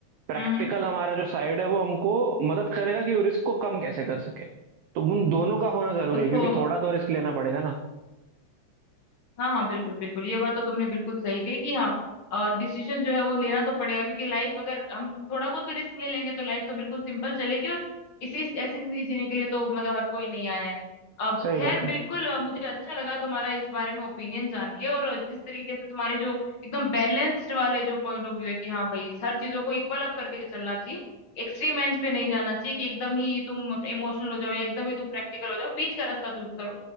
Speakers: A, on the right; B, on the left.
A: प्रैक्टिकल
B: हम्म हम्म।
A: हमारा जो साइड है वो हमको मदद करेगा कि रिस्क को कम कैसे कर सके तो उन दोनों का होना जरूरी
B: उसको
A: है क्योंकि थोड़ा तो रिस्क लेना पड़ेगा ना
B: हाँ हाँ बिल्कुल बिल्कुल ये बात तो तुमने बिल्कुल सही कही कि हाँ और डिसीजन जो है वो लेना तो पड़ेगा क्योंकि लाइफ अगर हम थोड़ा बहुत भी रिस्क ले लेंगे तो लाइफ तो बिल्कुल सिंपल चलेगी और इसी ऐसी जिंदगी जीने के लिए तो मतलब हर कोई नहीं आया है अब
A: सही
B: खैर
A: बात है
B: बिल्कुल अ, मुझे अच्छा लगा तुम्हारा इस बारे में ओपिनियन जान के और जिस तरीके से तुम्हारे जो एकदम बैलेंस्ड वाले जो पॉइंट ऑफ व्यू है कि हाँ भाई हर चीजों को इक्वल अप करके चलना चाहिए एक्सट्रीम एंड्स पे नहीं जाना चाहिए कि एकदम ही तुम इमोशनल हो जाओ या एकदम ही तुम प्रैक्टिकल हो जाओ बीच का रास्ता चूज करो